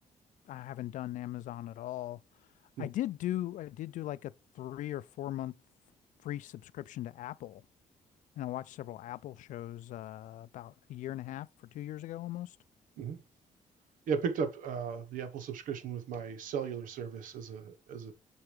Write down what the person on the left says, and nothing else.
I haven't done Amazon at all.
I did do I did do like a three or four month free subscription to Apple. And I watched several Apple shows uh, about a year and a half or two years ago almost.